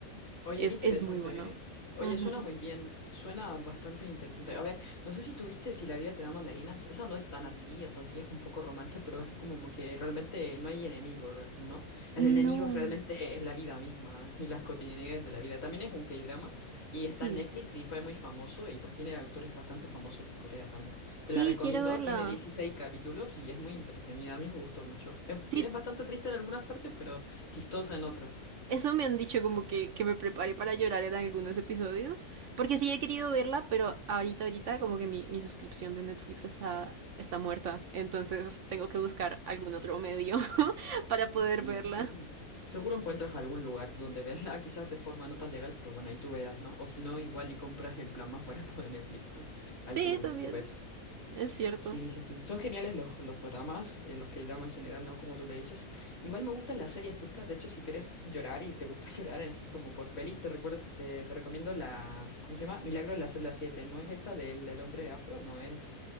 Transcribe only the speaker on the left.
Oye,
qué interesante,
¿eh? Oye,
suena muy bien, suena bastante interesante. A ver, no sé si tuviste Si la vida te da mandarinas, esa no es tan así, o sea, sí es un poco romance, pero es como que realmente no hay enemigo, re- ¿no?
El enemigo es realmente es la vida misma <laughs> y las cotidianidades de la vida. También es un K-drama y está
en Netflix y fue muy famoso y pues tiene actores bastante famosos de Corea también.
Te la recomiendo,
tiene 16 capítulos y es muy entretenida, a mí me gustó mucho. Es,
tiene- es bastante triste en algunas partes, pero chistosa en otras.
Sí,
sí, sí. Seguro encuentras algún lugar donde verla, <laughs> quizás de forma no tan legal, pero bueno, ahí tú verás, ¿no? O si no, igual y compras el plan más barato de Netflix, ¿no? Ahí
tú,
tú ves.
Sí, sí, sí. Son geniales los, los doramas, eh, los que llaman en general, ¿no? Como tú le dices. Igual me gustan las series turcas. De hecho, si quieres llorar y te gusta <laughs> llorar en sí, como por pelis, te recuerdo, te, te recomiendo la, ¿cómo se llama? Milagro en la celda 7. No es esta del, del hombre afro, no es.